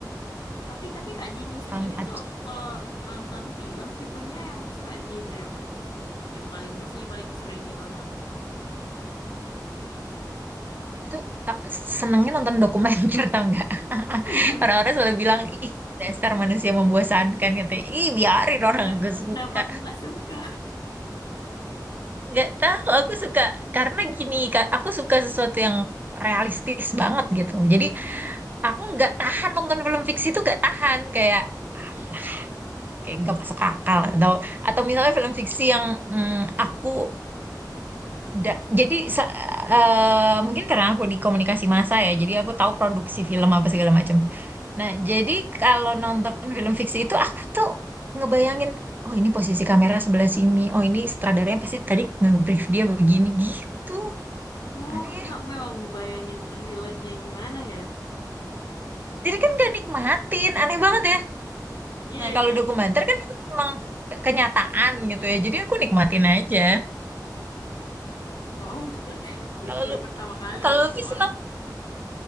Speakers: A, on the left (about 70°); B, on the right (about 25°).
A: tapi tapi Kak Dini sendiri
B: Tanpa
A: tuh kalau nonton film tipenya yang suka di genre apa? Yang paling mostly paling sering ditonton?
B: itu ta- senengnya nonton dokumenter tau nggak <laughs>
A: Oh iya,
B: orang-orang selalu bilang ih dasar manusia membosankan gitu ih biarin orang
A: enggak.
B: gue suka
A: Kenapa kakak suka?
B: nggak tahu aku suka karena gini Kak, aku suka sesuatu yang realistis banget gitu jadi
A: Hmm.
B: aku nggak tahan nonton film fiksi itu nggak tahan kayak lah kayak nggak masuk akal atau atau misalnya film fiksi yang mm, aku da- jadi sa- eh, mungkin karena aku di komunikasi massa ya jadi aku tahu produksi film apa segala macam Nah, jadi kalau nonton film fiksi itu aku tuh ngebayangin, oh ini posisi kamera sebelah sini, oh ini sutradaranya pasti tadi nge-brief dia begini gitu.
A: Oh,
B: Aneh
A: kakak
B: ya.
A: memang ngebayangin relate-nya gimana ya?
B: Jadi kan gak nikmatin, aneh banget ya.
A: Iya,
B: Nah, kalau
A: iya.
B: dokumenter
A: iya.
B: kan itu memang ke- kenyataan gitu
A: Mm-mm.
B: ya. Jadi aku nikmatin aja.
A: Wow.
B: Kalau
A: Baru
B: lu
A: pertama kali
B: kalau
A: nih ketemu
B: Luffy senang,
A: orang.